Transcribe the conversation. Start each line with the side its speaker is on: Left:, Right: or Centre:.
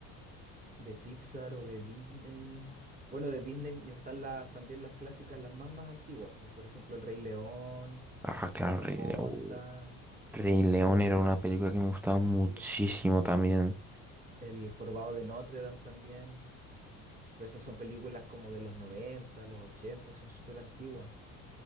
Right: de Pixar o de Disney? Bueno, de Disney están las, también las clásicas, las más, más antiguas, po, por ejemplo, El Rey León,
Centre: Ah, claro,
Right: Pocahontas.
Centre: Rey León. Rey León
Right: Eh,
Centre: era una película que me gustaba muchísimo
Right: sí.
Centre: también.
Right: El Jorobado de Notre Dame también. Pero esas son películas como de los 90 los 80 son súper antiguas.